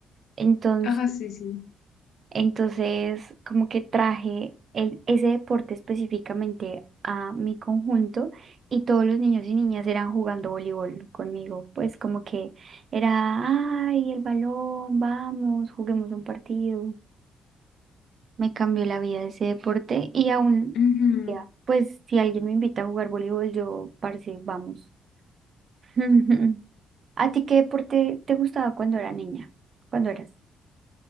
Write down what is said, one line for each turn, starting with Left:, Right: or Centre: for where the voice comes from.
Right: Entonces.
Left: Ajá, sí, sí.
Right: Entonces, como que traje el, ese deporte específicamente a mi conjunto y todos los niños y niñas eran jugando voleibol conmigo. Pues como que era, ay, el balón, vamos, juguemos un partido. Me cambió la vida ese deporte y aún,
Left: Ujú.
Right: ya, pues si alguien me invita a jugar voleibol, yo, parce, vamos. <laughs> ¿A ti qué deporte te gustaba cuando era niña? Cuando eras?